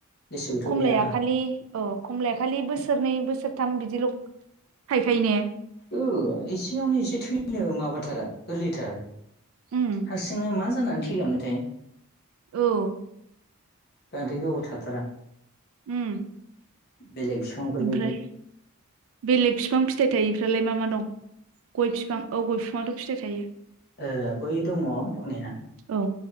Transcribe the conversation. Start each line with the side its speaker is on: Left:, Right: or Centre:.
Left: लिसुबोथ'
Right: खमलाया
Left: गैया
Right: खालि औ खमलाया खालि बोसोर बोसोरनै बोसोरथाम बिदिल' थायखायो ने!
Left: ओ एसेयावनो एसे थैनो माबाथार गोरलैथार।
Right: उम
Left: हारसिंनो मा जानानै थैलांनोथाय
Right: औ उम
Left: बांद्राय गोबाव थाथारा
Right: ओम
Left: बेलेग बिफांफोरबायदि
Right: आमफ्राय बेलेग फिफां फिथाइ थायि फ्रालाय मा मा दं? गय बिफां अ गय बिफाङाथ' फिथाइ थायो
Left: ओ गय दङ दंनाया
Right: औ